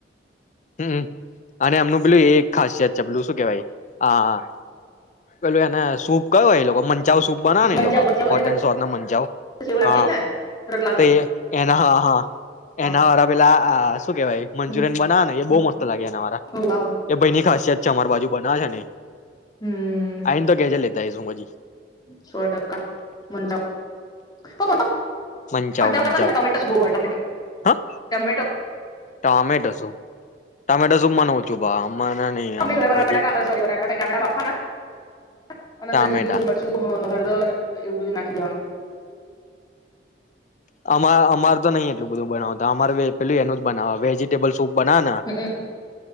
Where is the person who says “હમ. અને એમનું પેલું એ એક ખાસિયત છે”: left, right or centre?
Left